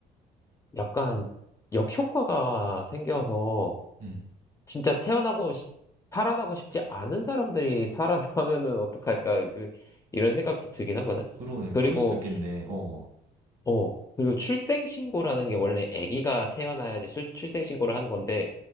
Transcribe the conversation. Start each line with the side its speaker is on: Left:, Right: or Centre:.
Left: 약간 역효과가 생겨서
Right: 음.
Left: 진짜 태어나고 싶, 살아나고 싶지 않은 사람들이 <laughs> 살아나면은 어떡할까. 그, 이런 생각도 들긴 하거든.
Right: 그러네.
Left: 그리고,
Right: 그럴 수도 있겠네. 어어.
Left: 어, 그리고 출생신고라는 게 원래 아기가 태어나야지 출, 출생신고를 하는 건데,